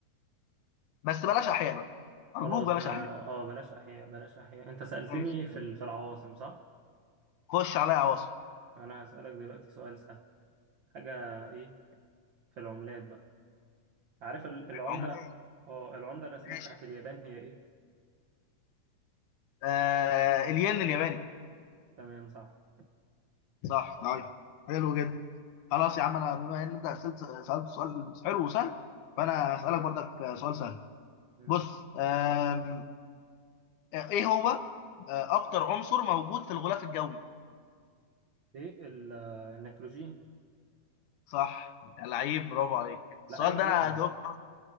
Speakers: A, on the left; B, on the right.
A: بس بلاش احياء بقى
B: خلاص
A: ارجوك بلاش
B: ما
A: احياء
B: اه بلاش احياء بلاش احياء انت سألتني
A: ماشي
B: في ال- في العواصم صح
A: خش عليا عواصم
B: انا هسألك دلوقتي سؤال سهل حاجه ايه في العملات بقى عارف ال- العمله
A: عمال
B: اه العمله الرسميه
A: ماشي
B: بتاعت اليابان هي ايه
A: آه الين الياباني
B: تمام صح
A: صح طيب حلو جدا خلاص يا عم انا بما ان انت سألت سألت سؤال حلو وسهل فانا هسألك برضك سؤال سهل
B: مم.
A: بص آم، ايه هو آه، اكتر عنصر موجود في الغلاف الجوي
B: ايه ال- النيتروجين
A: صح لعيب برافو عليك
B: لا
A: السؤال
B: عيب
A: ده
B: عليك
A: انا جاوبته